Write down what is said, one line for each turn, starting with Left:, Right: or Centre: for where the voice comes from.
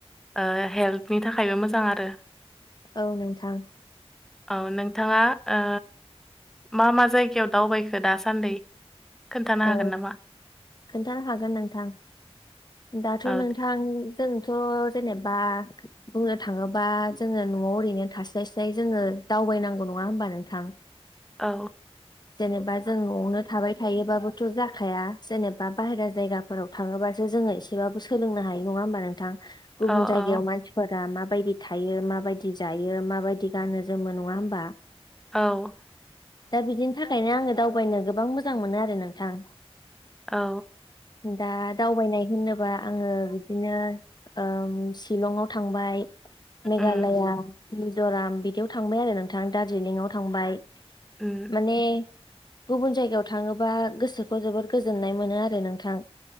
Centre: ओ हेल्टनि थाखायबो मोजां आरो।
Left: औ नोंथां
Centre: औ नोंथाङा ओ मा मा जायगायाव दावबायखो दासान्दै? खोन्थानो
Left: औ
Centre: हागोन नामा?
Left: खोनथानो हागोन नोंथां दाथ'
Centre: औ
Left: नोंथां
Centre: दे
Left: जोंथ' जेनेबा बुंनो थाङोबा जोङो न'आव ओरैनो थास्लाय स्लाय जोङो दावबायनांगौ नङा होनबा नोंथां।
Centre: औ
Left: जेनेबा जों न'आवनो थाबाय थायोबाबो थ' जाखाया जेनेबा बायेरा जायगाफोराव थाङोबासो जोङो एसेबाबो सोलोंनो हायो नङा होमबा नोंथां। गुबुन
Centre: औ
Left: जायगायाव
Centre: औ
Left: मानसि फोर माबायदि थायो माबायदि जायो माबायदि गानो जोमो नङा होमबा।
Centre: औ
Left: दा बिदिनि थाखायनो आङो दावबायनो गोबां मोजां मोनो आरो नोंथां
Centre: औ
Left: दा दावबायनाय होनोबा आङो बिदिनो ओम शिलंआव थांबाय मेघालया
Centre: उम
Left: मिज'राम बिदियाव थांबाय आरो नोंथां दार्जिलिंआव थांबाय।
Centre: उम
Left: माने गुबुन जायगायाव थाङोबा गोसोखौ जोबोद गोजोननाय मोनो आरो नोंथां।